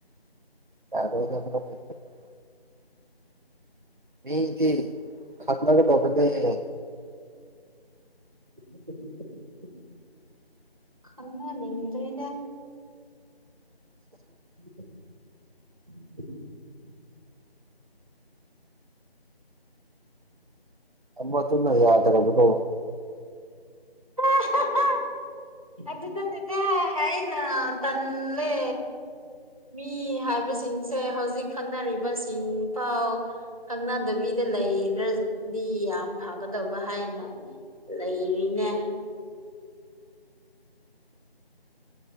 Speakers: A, on the right; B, on the right.
A: <unintelligible> ꯃꯤꯗꯤ ꯈꯪꯅꯒꯗꯕꯅꯦ
B: <inaudible> ꯈꯪꯅꯅꯤꯡꯗ꯭ꯔꯦꯗ
A: <inaudible>
B: <inaudible>
A: ꯑꯝꯕꯇꯨꯅ ꯌꯥꯗꯔꯄ ꯇꯣ
B: <unintelligible> ꯑꯗꯨ ꯆꯗ ꯍꯥꯏꯅ ꯇꯝꯃꯦ ꯃꯤ ꯍꯥꯏꯕꯁꯤꯡꯁꯦ ꯍꯧꯖꯤꯛ ꯈꯪꯅꯔꯤꯕꯁꯤꯡ ꯄꯥꯎ ꯈꯪꯅꯗꯕꯤꯗ ꯂꯩꯈ꯭ꯔꯗꯤ ꯌꯥꯝ ꯐꯒꯗꯕ ꯍꯥꯏꯅ ꯂꯩꯔꯤꯅꯦ